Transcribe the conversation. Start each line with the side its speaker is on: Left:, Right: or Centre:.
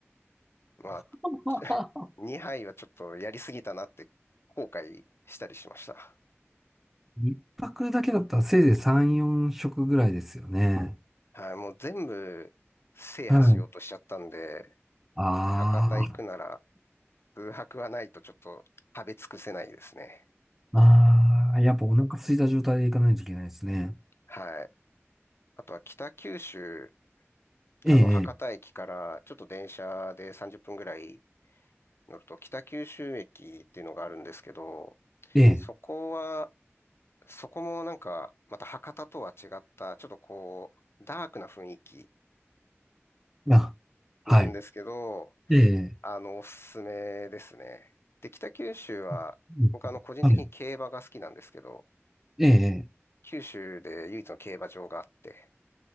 Left: まあ、
Centre: <laughs>
Left: <laughs> 2杯はちょっとやりすぎたなって後悔したりしました。
Centre: 一泊だけだったらせいぜい3、4食ぐらいですよね。
Left: はい。もう全部制覇しようとしちゃったんで、
Centre: はいあ
Left: 博多行くなら空白はないとちょっと食べ尽くせないですね。
Centre: あ、ああ、やっぱお腹空いた状態で行かないといけないですね。
Left: はい。あとは北九州、
Centre: ええ、
Left: あの、博多駅からちょっと電車で30分ぐらい乗ると北九州駅っていうのがあるんですけど、
Centre: ええ、ええ、
Left: そこは、そこもなんかまた博多とは違った、ちょっとこう、ダークな雰囲気
Centre: あ、はい、
Left: なんですけど、
Centre: ええ、
Left: あの、おすすめですね。で、北九州は、
Centre: あうんはい、
Left: 僕あの、個人的に競馬が好きなんですけど、
Centre: ええ、
Left: 九州で唯一の競馬場があって、